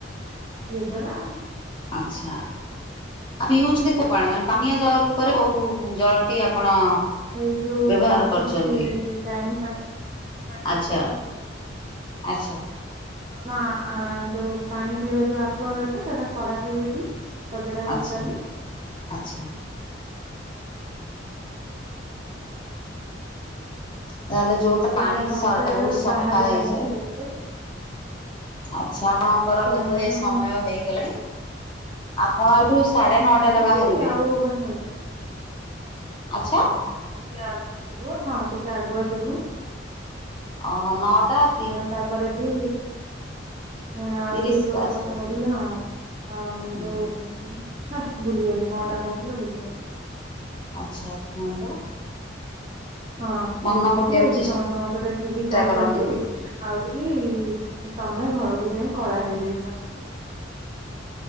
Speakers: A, on the right; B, on the left.
A: ଇଏ ଦ୍ଵାରା।
B: ଆଛା ପିଉଛନ୍ତି। କଉ ପାଣି ମାନେ ପାନୀୟ ଜଳ ରୂପରେ କୌ ଜଳଟି ଆପଣ
A: ଏଇ ଯୋଉ
B: ବ୍ୟବହାର
A: ଆସୁଛି
B: କରୁଛନ୍ତି
A: ଟାଇମ୍ ପାଣି ପାଣି
B: ଆଚ୍ଛା
A: ଯୋଉରା ଆସୁଛି।
B: ଆଚ୍ଛା।
A: ମା ଆ ଯୋଉ ପାଣି ପିଇବା ଯୋଉ ଆକୁୁଆଗାଡ ଟା ସେଇଟା ଖରାପ ହେଇଯାଇଥିଲା। ସଜଡା ହେଇଛି
B: ଆଚ୍ଛା
A: କାଲି
B: ଆଚ୍ଛା। ତାହେଲେ ଯୋଉ ତ
A: ପିଲା
B: ପାଣି <unintelligible>
A: ସମସ୍ତେ
B: ବୋହୁତ ସଫା
A: ବାହାରିଲେଣି
B: ହେଇଯାଏ।
A: ଧୀରେ ଧୀରେ
B: ଆଚ୍ଛା ଆପଣଙ୍କର
A: ପିଲାମାନେ
B: ବୋଧେ ସମୟ ହେଇଗଲାଣି ଆପଣ ଏଠୁ ସାଢ଼େ ନଅଟାରେ
A: ତାପରେ
B: ବାହାରିବେ।
A: ଆଉ କଥା ହେବି।
B: ଆଚ୍ଛା
A: ହଁ ଟିକେ ଆଗୁଆ ଯିବୁ ହଁ ଟିକେ ଆଗୁଆ ଯିବୁ।
B: ଅ ହ ନଅଟା ତି
A: ଆ ତାପରେ ବି ହଁ ଆହୁରି
B: ତିରିଶ
A: ଗୋଟେ
B: ବାଜିଲେ
A: କଥା କହୁଥିଲି
B: ଯିବେ
A: ହଁହଁ
B: ହୁଁ।
A: ଯୋଉ ହେ ଭୁଲିଗଲି କଣଟା କହୁଥିଲି ଭୁଲିଗଲି।
B: ଆଚ୍ଛା କୁହନ୍ତୁ?
A: ହଁ
B: ମନ
A: କହୁଥିଲି
B: ପକେଇବାକୁ
A: କି ଏଇଠି
B: ଚେଷ୍ଟା
A: ସମସ୍ତେ ମତେ ଦେଖିକି କୋ ହୁଚନ୍ତି
B: କରନ୍ତୁ
A: ଆଉ କି ତମେ ଘରକୁ ଯାଇଁ କଳା ହେଇଯାଇଚ।